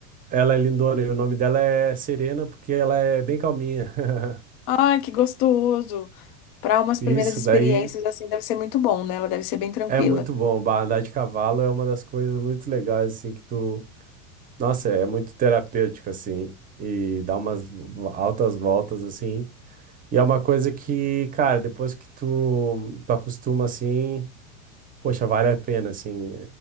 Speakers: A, on the right; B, on the left.
A: ela é lindona e o nome dela é Serena, porque ela é bem calminha. <laughs>
B: Ai, que gostoso. Para umas
A: Isso
B: primeiras experiências,
A: daí
B: assim, deve ser muito bom, né? Ela deve ser bem tranquila.
A: é muito bom. Bah, Andar de cavalo é uma das coisas muito legais, assim, que tu. Nossa, é muito terapêutico, assim, e dá umas vo- altas voltas, assim. E é uma coisa que, cara, depois que tu, tu acostuma, assim. Poxa, vale a pena, assim,